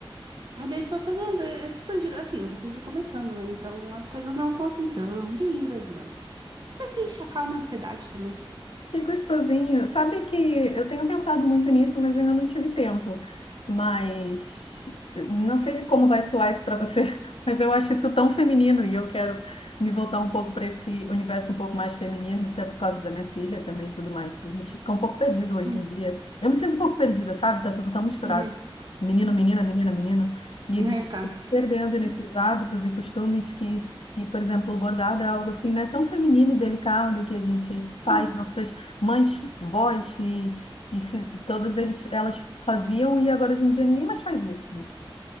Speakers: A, on the right; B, on the left.
A: e daí tu vai fazendo. É, é super giro. Assim, eu recém tô começando, né? Então, as coisas não são, assim, tão lindas, mas... Você ficha, acalma a ansiedade também.
B: Que gostosinho. Sabe que eu tenho pensado muito nisso, mas ainda não tive tempo. Mas não sei como vai soar isso para você, <laughs> mas eu acho isso tão feminino e eu quero me voltar um pouco para esse universo um pouco mais feminino, até por causa da minha filha também e tudo mais. A gente fica um pouco perdido hoje
A: Hum,
B: em dia. Eu me sinto um pouco perdida, sabe? Tá tudo tão misturado.
A: uhum.
B: Menino, menina, menina, menina. E a gente
A: É, tá.
B: fica se perdendo
A: Hum.
B: nesses hábitos e costumes que, se, por exemplo, o bordado é algo assim, né, tão feminino e delicado que a gente faz
A: Hum,
B: nossas mães, vós e, e fi- todas eles, elas faziam e agora hoje em dia ninguém mais faz isso.